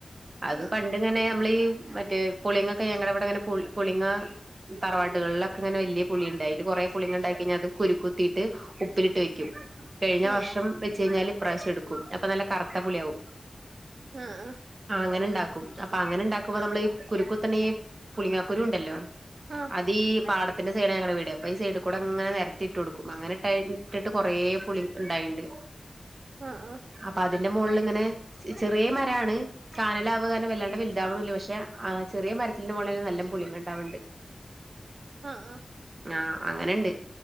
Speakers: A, on the right; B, on the right.
A: അത്
B: ആ
A: പണ്ടിങ്ങനെ നമ്മളീ മറ്റേ പുളിങ്ങൊക്കെ ഞങ്ങളുടെ വീ ക്കൊങ്ങന പു പുളിങ്ങ തറവാട്ടുകളിലൊക്കെ ഇങ്ങനെ വല്ല്യ പുളിയുണ്ടായില് കൊറെേ പുളിങ്ങണ്ടായി കയ്ഞ്ഞാ അത് കുരുക്കുത്തീട്ട് ഉപ്പിലിട്ട് വെക്കും കഴിഞ്ഞ
B: ആ
A: വർഷം വെച്ച് കഴിഞ്ഞാല് ഇപ്രാവശ്യം എടുക്കും അപ്പൊ നല്ല കറുത്ത പുളിയാവും.
B: ആ ആ
A: ആ അങ്ങനെ ഉണ്ടാക്കും അപ്പൊ അങ്ങനെ ഉണ്ടാക്കുമ്പോ നമ്മൾ ഈ കുരുക്കുത്തനെ ഈ പുളിങ്ങാക്കുരു ഉണ്ടല്ലോ
B: ആ
A: അതീ പാടത്തിന്റെ സൈഡാ ഞങ്ങടെ വീട് അപ്പം ഈ സൈഡിക്കൂടെ അങ്ങനെ നിരന്ന് ത്തിട്ട് കൊടുക്കും അങ്ങനെ ഇട്ട് ഇട്ടിട്ട് കുറേ പുളി ഉണ്ടായിണ്ട്
B: ഉഹ് ഉഹ്
A: അപ്പൊ അതിന്റെ മുകളിൽ ഇങ്ങനെ ചെറിയ മരാണ് <unintelligible> വല്ലാണ്ട് വലുതാവണൂല്ല പക്ഷെ ആ ചെറിയ മരത്തിൽനിന്ന് പോണെ നല്ല പുളിങ്ങ ഉണ്ടാവണുണ്ട്
B: ആഹ് ആഹ്
A: ആഹ് അങ്ങനെയുണ്ട്